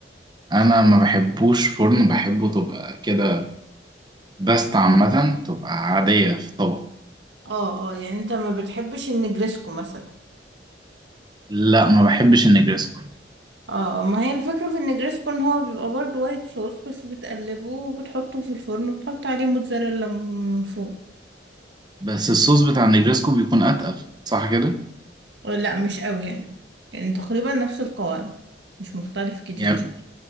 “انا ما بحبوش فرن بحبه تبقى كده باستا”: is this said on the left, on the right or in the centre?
Right